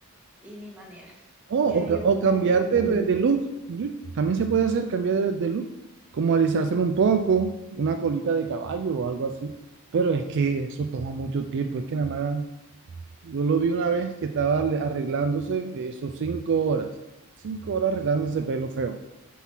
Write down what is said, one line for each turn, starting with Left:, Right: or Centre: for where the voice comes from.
Centre: y ni manera.
Right: Oh,
Centre: Ya
Right: o, ca-
Centre: yo
Right: o
Centre: como
Right: cambiar
Centre: que me rendí.
Right: de, de look. ¿sí? También se puede hacer cambiar de, de look, como alisárselo un poco, una colita de caballo o algo así. Pero es que eso toma mucho tiempo. Es que nada más, yo lo vi una vez que estaba arle- arreglándose, eso cinco horas. Cinco horas arreglándose ese pelo feo.